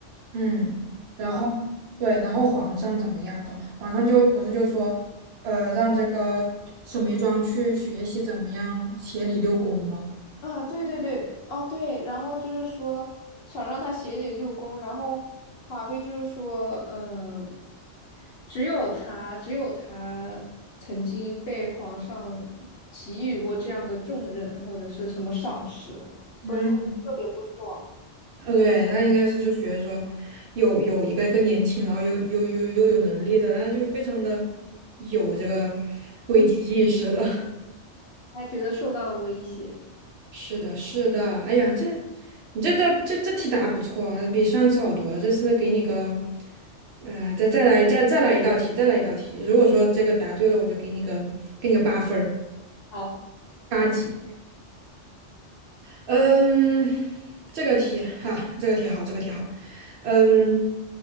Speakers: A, on the right; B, on the left.
A: 嗯，然后
B: 对吧？
A: 对，然后皇上怎么样？就皇上就不是就说呃让这个沈眉庄去学习怎么样协理六宫吗？
B: 啊，对对对，哦对，然后就是说想让他协理六宫，然后华妃就是说，嗯，只有他，只有他曾经被皇上给予过这样的重任或者是什么赏识，所以他就特别不爽，
A: 嗯。呃，对，他应该是就是觉得说有有一个更年轻，然后又又又又有能力的，他就非常的有这个危机意识了。
B: 嗯
A: <laughs>
B: 他觉得受到了威胁。
A: 是的，是的，哎呀，这你这道这这题答不错啊，比上次好多了。这次呢，给你个，呃，再再来再再来一道题，再来一道题。如果说这个答对了，我就给你个给你个八分儿，
B: 好，
A: 八级。嗯，这个题哈，这个题好，这个题好。嗯，